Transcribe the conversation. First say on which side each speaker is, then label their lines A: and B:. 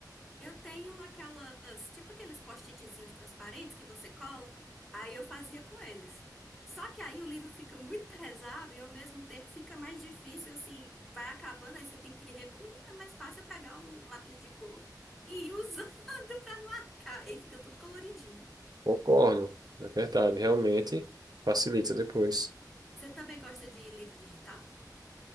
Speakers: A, in the centre; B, on the right (about 65°).
A: Eu tenho aquelas, tipo aqueles post-itzinhos transparentes que você cola, aí eu fazia com eles. Só que aí o livro fica muito <laughs> pesado e ao mesmo tempo fica mais difícil, assim, vai acabando, aí você tem que repor. Menina, é mais fácil eu pegar um lápis de cor e ir usando <laughs> pra marcar. Aí fica tudo coloridinho.
B: Concordo, é verdade, realmente facilita depois.
A: Você também gosta de livro digital?